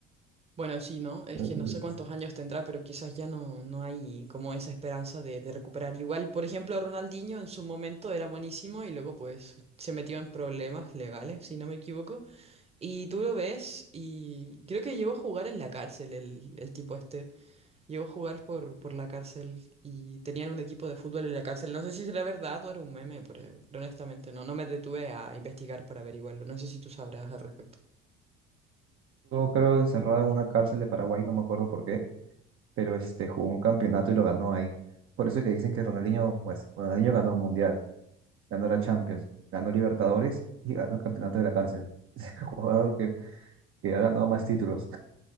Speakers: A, on the right (about 20°); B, on the right (about 40°).
A: Bueno, sí, ¿no? Es
B: Estuvo,
A: que no sé cuántos años tendrá, pero quizás ya no, no hay como esa esperanza de, de recuperar. Igual, por ejemplo, Ronaldinho en su momento era buenísimo y luego pues se metió en problemas legales, si no me equivoco. Y tú lo ves y creo que llegó a jugar en la cárcel el, el tipo este. Llegó a jugar por, por la cárcel y tenían un equipo de fútbol en la cárcel. No sé si será verdad o era un meme, pero pero honestamente no. No me detuve a investigar para averiguarlo. No sé si tú sabrás al respecto.
B: creo, encerrado en una cárcel de Paraguay, no me acuerdo por qué, pero este, jugó un campeonato y lo ganó ahí. Por eso que dicen que Ronaldinho, pues, Ronaldinho ganó un mundial, ganó la Champions, ganó Libertadores y ganó el campeonato de la cárcel. <laughs> Es el jugador que, que ha ganado más títulos.